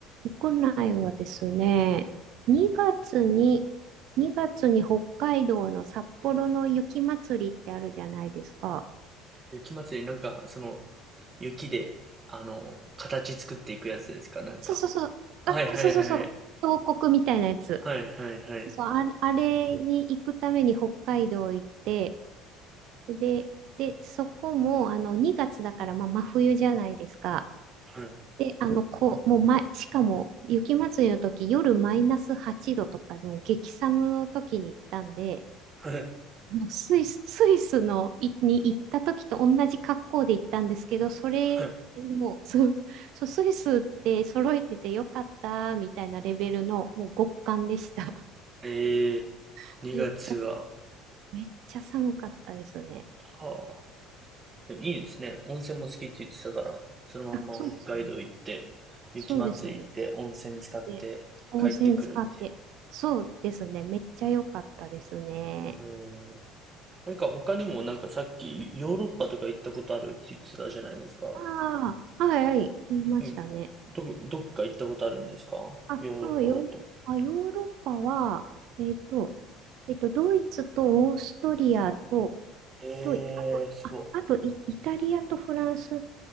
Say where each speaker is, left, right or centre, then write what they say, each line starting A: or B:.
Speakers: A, on the right; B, on the right.
A: 国内はですね、2月に、2月に北海道の札幌の雪まつりってあるじゃないですか。
B: 雪祭り、なんかその雪で、あの、形作っていくやつですかなんか。
A: そうそうそう。
B: はいはいはい。
A: あ、そうそうそう。峡谷みたいなやつ。
B: はいはいはい。
A: そう、あれ、あれに行くために北海道行って、で、で、そこも、あの、2月だから、まあ、真冬じゃないですか。
B: はい
A: で、あの、こう、もう、ま、しかも、雪まつりの時、夜マイナス8度とかでも激寒の時に行ったんで、
B: はい
A: あのスイス、スイスのいに行った時と同じ格好で行ったんですけど、それもう、
B: はい。
A: そうそうスイスって揃えててよかったみたいなレベルのもう極寒でした。
B: ええー、
A: <laughs>
B: 2月は、
A: めっちゃさ、めっちゃ寒かったですね。
B: はあ。でもいいですね。温泉も好きって言ってたから、そのまんま北海道行って、
A: あ、そうですね。
B: 雪まつり行って、
A: そうですね。
B: 温泉使って帰ってくるっていう。
A: で、温泉使って。そうですね。めっちゃ良かったですね。
B: うん。なんか他にもなんかさっきヨーロッパとか行ったことあるって言ってたじゃないですか。
A: ああ、はいはい、言いましたね。
B: うん。ど、どっか行ったことあるんですかヨーロッパだと。
A: あ、そうよ。あ、ヨーロッパは、えっと、えっと、ドイツとオーストリアと、
B: えー、
A: と、あと、
B: すごい。
A: あ、あとイ、イタリアとフランス